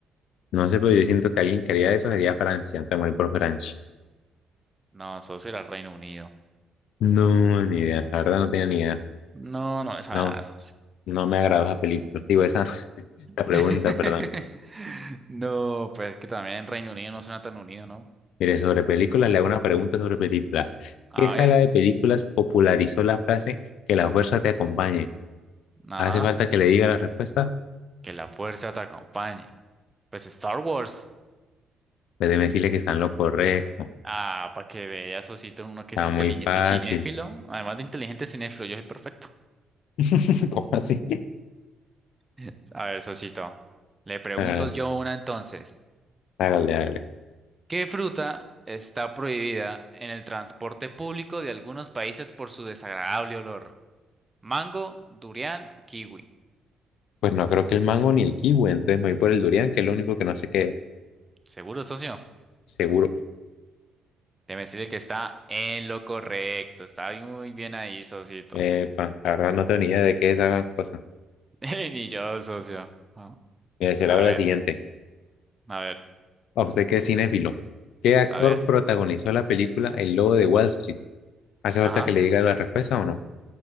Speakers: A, on the left; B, on the right.
A: No sé, pero yo siento que alguien que haría eso sería Francia, te morir por Francia.
B: No, socio era Reino Unido.
A: No, ni idea, la verdad no tenía ni idea.
B: No, no me sabe
A: No,
B: nada, socio.
A: no me agradó esa película, digo, esa, <laughs> esa pregunta,
B: <laughs>
A: perdón.
B: No, pues es que también Reino Unido no suena tan unido, ¿no?
A: Mire, sobre películas, le hago una pregunta sobre películas.
B: A
A: ¿Qué saga
B: ver,
A: de películas popularizó la frase que la fuerza te acompañe?
B: ajá,
A: ¿Hace falta que le diga la respuesta?
B: que la fuerza te acompañe. Pues Star Wars.
A: Pues déjeme decirle que está en lo correcto.
B: Ah, para que veas, socito, uno que
A: Está
B: es inteligente
A: muy fácil.
B: y cinéfilo. Además de inteligente cinéfilo, yo soy perfecto.
A: <laughs> ¿Cómo así?
B: <laughs> A ver, socito, le pregunto
A: Ah,
B: yo una entonces.
A: hágale, hágale.
B: ¿Qué fruta está prohibida en el transporte público de algunos países por su desagradable olor? Mango, durián, kiwi.
A: Pues no creo que el mango ni el kiwi, entonces me voy por el durian, que es lo único que no sé qué, es.
B: Seguro, socio.
A: seguro.
B: Déjeme decirle que está en lo correcto. Está muy bien ahí, socito.
A: Epa, la verdad no tengo ni idea de qué es esa cosa.
B: <laughs> Ni yo, socio. Ah,
A: Me decía
B: A
A: la la
B: ver,
A: siguiente.
B: a ver,
A: ¿A usted qué es cinéfilo? ¿Qué actor
B: a ver.
A: protagonizó la película El Lobo de Wall Street? ¿Hace falta
B: Ajá.
A: que le diga la respuesta o no?